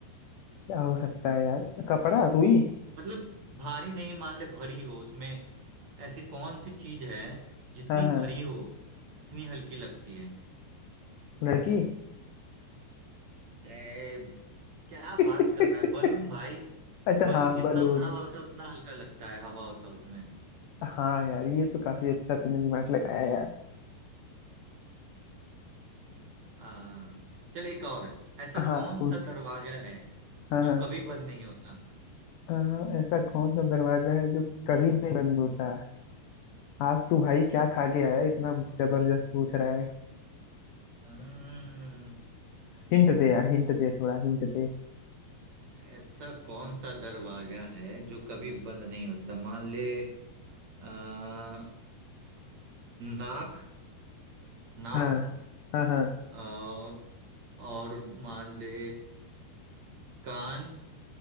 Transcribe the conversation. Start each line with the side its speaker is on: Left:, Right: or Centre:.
Left: क्या हो सकता है यार कपड़ा रुई
Right: मतलब भारी नहीं मान ले भरी हो उसमें ऐसी कौन सी चीज है जितनी
Left: हाँ हाँ
Right: भरी हो उतनी हल्की लगती है
Left: लड़की
Right: ए क्या बात
Left: <laughs>
Right: कर रहा है बलून भाई
Left: अच्छा
Right: बलून
Left: हाँ
Right: जितना
Left: बलून
Right: भरा होता है उतना हल्का लगता है हवा होता है उसमें
Left: हाँ यार ये तो काफी अच्छा तूने दिमाग लगाया यार
Right: आ, चल एक और ऐसा
Left: हाँ
Right: कौन
Left: पूछ
Right: सा दरवाजा है
Left: हाँ
Right: जो
Left: हाँ
Right: कभी बंद नहीं होता
Left: अ, ऐसा कौन सा दरवाजा है जो कभी नहीं बंद होता आज तू भाई क्या खा के आया है? इतना जबरदस्त पूछ रहा है
Right: हम्म,
Left: हिंट दे यार हिंट दे थोड़ा हिंट दे
Right: ऐसा कौन सा दरवाजा है जो कभी बंद नहीं होता मान ले आ, नाक नाक
Left: हाँ हाँ हाँ
Right: और और मान ले कान